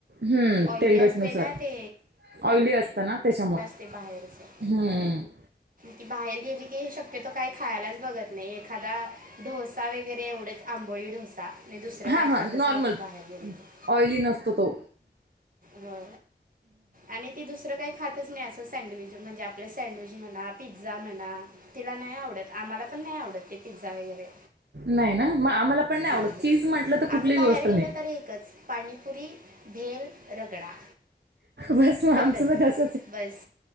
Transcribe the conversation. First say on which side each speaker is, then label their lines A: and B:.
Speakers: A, on the right; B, on the right.
A: हम्म
B: ऑइली
A: तेलगटनुसार
B: असते ना ते
A: ऑइली असतं ना त्याच्यामुळे
B: ते बाहेरचं
A: हम्
B: कि बाहेर गेली की हे शक्यतो काही खायलाच बघत नाही एखादा ढोसा वगैरे एवढंच आंबोळी ढोसा नाही दुसरं
A: हां
B: काही
A: हां
B: खातच
A: नॉर्मल
B: नाही ते बाहेर गेले की
A: ऑइली नसतो तो
B: हो आणि ती दुसरं काही खातच नाही असं सँडविच म्हणजे आपलं सँडविच म्हणा पिझ्झा म्हणा तिला नाही आवडत आम्हाला पण नाही आवडत ते पिझ्झा वगैरे
A: नाही ना मग आम्हाला पण
B: नाही
A: आवडत चीज म्हटलं तर कुठलीच
B: आम्ही बाहेर
A: गोष्ट
B: गेलो
A: नाही
B: तररी एकच पाणीपुरी भेल रगडा
A: बस म
B: तेवढंच
A: आमस मज अस
B: बस